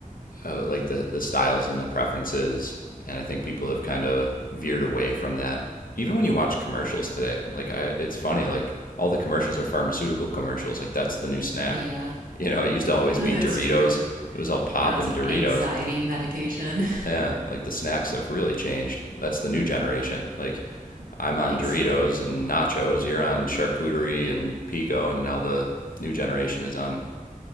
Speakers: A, on the left; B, on the right.
A: uh, like the the styles and the preferences, and I think people have kind of veered away from that. Even when you watch commercials today, like I, it's funny, like all the commercials are pharmaceutical commercials. Like that's the new snack.
B: Yeah.
A: You know, it
B: Yeah,
A: used to always
B: <laughs> that's
A: be Doritos.
B: true.
A: It was all pop
B: Now it's
A: and Doritos.
B: anxiety medication.
A: Yeah, like the snacks have really changed. That's the new generation. Like
B: <laughs>
A: I'm on
B: Yikes.
A: Doritos and nachos. You're on charcuterie and pico, and now the new generation is on